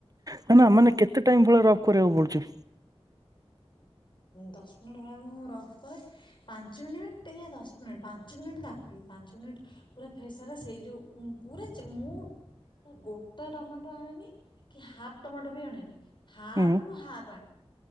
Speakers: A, on the right; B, on the left.
A: ହେ ନା ମାନେ କେତେ ଟାଇମ ଭଳିଆ ରଫ୍ କରିବାକୁ ପଡୁଚି?
B: ଦଶ ମିନିଟ୍ ଭଳିଆ ମୁଁ ରବ କରେ। ପାଞ୍ଚ ମିନିଟ୍ ୟା ଦଶ ମିନିଟ୍ ପାଞ୍ଚ ମିନିଟ୍ କାଫି ପାଞ୍ଚ ମିନିଟ ପୁରା ଫେସ ସାରା ସେଇ ଯୋଉ ପୁରା ମୁଁ ପା ଗୋଟେ ଟମାଟୋ ଆଣିନି କି ହାଫ୍ ଟମାଟୋ ବି ଆଣେନି ହାଫ
A: ହୁଁ
B: ରୁ ହାଫ ଆଣେ।